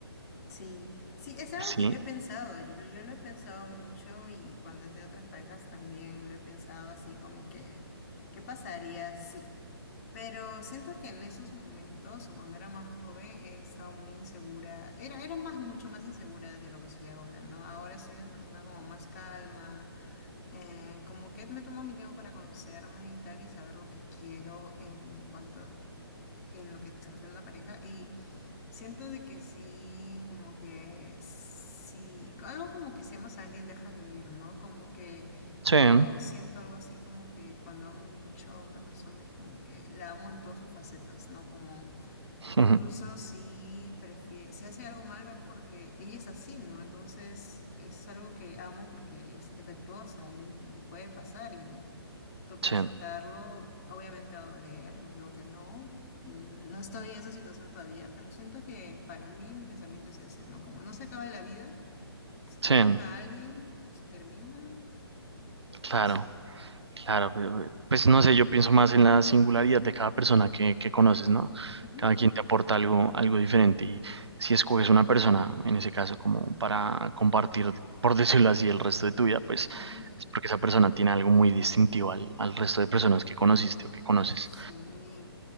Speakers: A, on the left; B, on the right.
A: sí, sí, es algo
B: ¿Sí?
A: que yo he pensado, yo, lo- yo lo he pensado mucho y cuando he tenido otras parejas también lo he pensado así como que, ¿qué pasaría si? Pero siento que en esos momentos o cuando era más joven he estado muy insegura, era, era más, mucho más insegura de lo que soy ahora, ¿no? Ahora soy una persona como más calma. Eh, como que me tomo mi tiempo para conocerme y tal y saber lo que quiero en cuanto en lo que se refiere a una pareja y siento de que sí, como que sí, algo como que si amas a alguien déjalo ir, ¿no? Como que
B: Sí,
A: yo
B: <laughs>
A: siento algo así como que cuando amo mucho a una persona es como que la amo en todas sus facetas, ¿no? Como Incluso
B: ujú,
A: si prefiere, si hace algo malo es porque ella es así, ¿no? Entonces es algo que amo porque es defectuosa y, y puede pasar y toca
B: sí,
A: aceptarlo. Obviamente va a doler, no digo que no. mm, No estoy en esa situación todavía, pero siento que para mí mi pensamiento es ese, ¿no? Como no se acaba la vida, si
B: sí,
A: te deja alguien, si terminan,
B: claro.
A: eso.
B: Claro, pues pues, pues, no sé, yo pienso más en la singularidad de cada persona que, que conoces, ¿no?
A: Ujú.
B: Cada quien te aporta algo, algo diferente y si escoges una persona, en ese caso, como para compartir, por decirlo así, el resto de tu vida, pues
A: Ujú.
B: es porque esa persona tiene algo muy distintivo al, al resto de personas que conociste o que conoces.
A: Sí.